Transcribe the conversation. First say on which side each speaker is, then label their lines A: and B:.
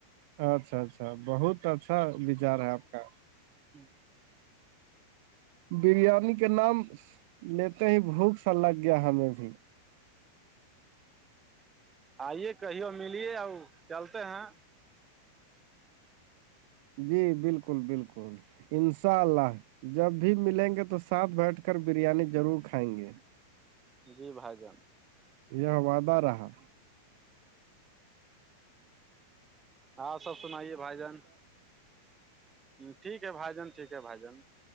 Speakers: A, on the right (about 45°); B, on the right (about 20°).
A: اچھا اچھا بہت اچھا وچار ہے آپ کا
B: <unintelligible>
A: بریانی کے نام لیتے ہی بھوک سا لگ گیا ہمیں بھی
B: آئیے کہی ملیے ا چلتے ہیں
A: جی بالکل بالکل انشاء اللہ جب بھی ملیں گے تو ساتھ بیٹھ کر بریانی ضرور کھائیں گے
B: جی بھائی جان
A: یہ وعدہ رہا
B: ہاں سب سنائیے بھائی جان ٹھیک ہے بھائی جان ٹھیک ہےھائی جان